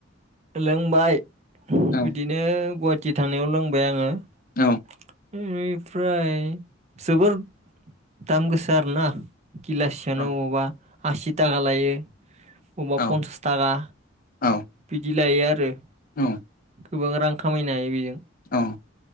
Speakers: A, on the right; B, on the left.
A: लोंबाय
B: औ
A: बिदिनो गुवाहाटि थांनायाव लोंबाय आङो।
B: औ
A: <unintelligible> बेनिफ्राय जोबोर दाम गोसा आरोना किलासेयानो
B: औ
A: अबावबा आसि थाखा लायो। अबबा
B: औ
A: पन्सास थाखा।
B: औ
A: बिदि लायो आरो।
B: औ।
A: गोबां रां खामायनो हायो बेजों।
B: औ